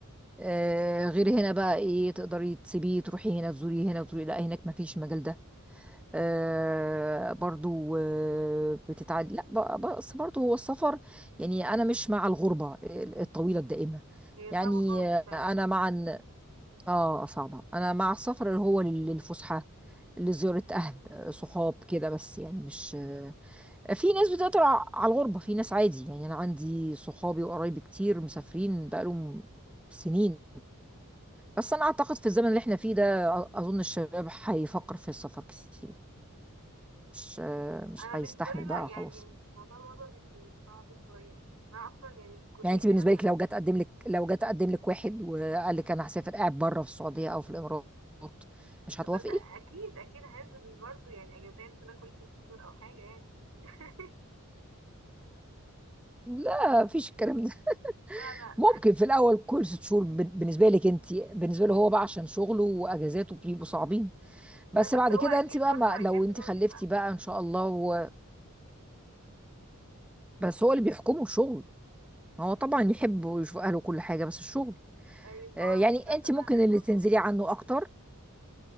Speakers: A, in the centre; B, on the right (about 85°).
A: آه غير هنا بقى ايه تقدري تسيبيه تروحي هنا تزوري هنا تزوري لا هناك ما فيش المجال ده آه برضو آه بتتعد لا ب- بس برضو هو السفر يعني انا مش مع الغربه الطويله الدائمه
B: هي
A: يعني
B: صعبة خالص فعلا
A: انا مع اه صعبة انا مع السفر اللي هو لل- للفسحة لزيارة اهل آه، صحاب كده بس يعني مش آه، في ناس بتقدر ع- على الغربة في ناس عادي يعني انا عندي صحابي وقرايبي كتير مسافرين بقالهم سنين بس انا اعتقد في الزمن اللي احنا فيه ده أ- اظن الشباب هيفكر في السفر كتير مش آه، مش
B: أنا
A: هيستحمل
B: بالنسبة لي لأ
A: بقى
B: يعني
A: خلاص
B: موضوع الوضع بيكون صعب شوية أنا أصلا يعني كليتي
A: يعني انت بالنسبة
B: مثلا
A: لك لو جت اقدم لك لو جت اقدم لك واحد وقال لك انا هسافر قاعد بره في السعودية او في الامارات مش هتوافقي
B: بس أكيد أكيد هنزل برضه يعني أجازات كده كل ست شهور أو حاجة يعني <laughs>
A: لا مفيش الكلام ده
B: لا لا
A: ممكن في الاول كل ست شهور بن- بالنسبه لك انت بالنسبه له هو بقى عشان شغله واجازاته بيبقوا صعبين
B: <laughs>
A: بس
B: لا
A: بعد
B: بس هو
A: كده
B: أكيد
A: انت بقى
B: برضه
A: ما
B: هيحب
A: لو انت
B: إن هو
A: خلفتي
B: يشوف أهله
A: بقى ان شاء الله و... بس هو اللي بيحكمه الشغل هو طبعا يحب ويشوف اهله كل حاجه بس الشغل
B: أي
A: آه
B: فهو
A: يعني انت
B: لسه فاهم
A: ممكن
B: حاجات
A: اللي
B: أصلا
A: تنزلي
B: يعني
A: عنه اكتر